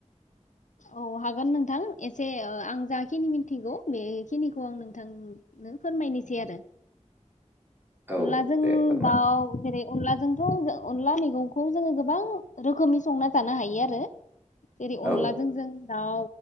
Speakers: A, on the left (about 85°); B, on the right (about 15°).
A: औ हागोन नोंथां एसे ओ आं जाखिनि मिनथिगौ बेखिनिखौ आं नोंथांनो फोरमायनोसै आरो।
B: औ
A: अनलाजों
B: दे फोरमाय
A: दाउ जेरै अनलाजोंथ' अनला मैगंखौ जोङो गोबां रोखोमनि संना थानो हायो आरो। जेरै
B: औ
A: अनलाजों जों दाउ